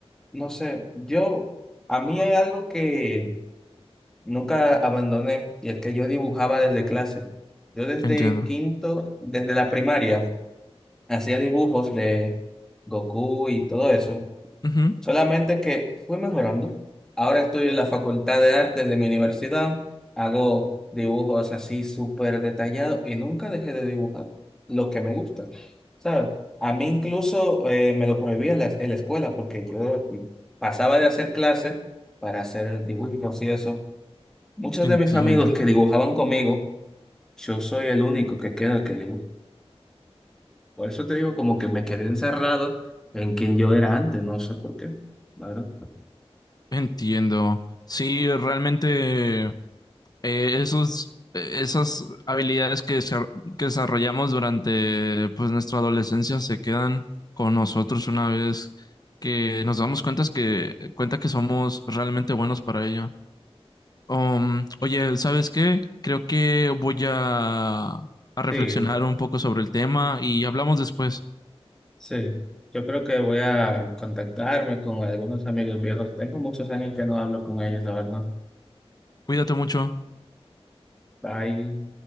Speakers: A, in the centre; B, on the left.
A: No sé, yo, a mí hay algo que nunca abandoné y es que yo dibujaba desde clase. Yo desde
B: Entiendo.
A: quinto, desde la primaria, hacía dibujos de Goku y todo eso.
B: Ujú.
A: Solamente que fui mejorando. Ahora estoy en la Facultad de Artes de mi universidad. Hago dibujos así súper detallados y nunca dejé de dibujar lo que me gusta. ¿Sabes? A mí incluso eh, me lo prohibía la, en la escuela porque yo pasaba de hacer clases para hacer dibujos y eso. Muchos
B: Entiendo.
A: de mis amigos que dibujaban conmigo, yo soy el único que queda que dibuja. Por eso te digo como que me quedé encerrado en quien yo era antes, no sé por qué. Claro.
B: Entiendo. Sí, realmente eh, esos, eh, esas habilidades que, desar- que desarrollamos durante pues, nuestra adolescencia se quedan con nosotros una vez que nos damos cuenta que, cuenta que somos realmente buenos para ello. Um, oye, ¿sabes qué? Creo que voy a, a reflexionar
A: Sí.
B: un poco sobre el tema y hablamos después.
A: Sí, yo creo que voy a contactarme con algunos amigos viejos. Tengo muchos años que no hablo con ellos, la verdad.
B: Cuídate mucho.
A: Bye.